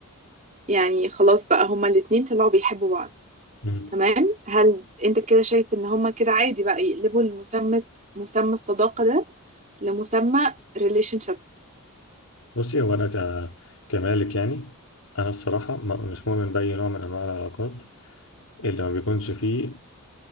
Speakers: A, on the right; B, on the left.
A: يعني خلاص بقى هما الاتنين طلعوا بيحبوا بعض
B: مم.
A: تمام هل انت كده شايف ان هما كده عادي بقى يقلبوا المسمى مسمى الصداقة ده لمسمى relationship
B: بصي هو أنا ك... كمالك يعني أنا الصراحة ما- مش مؤمن بأي نوع من أنواع العلاقات اللي ما بيكونش فيه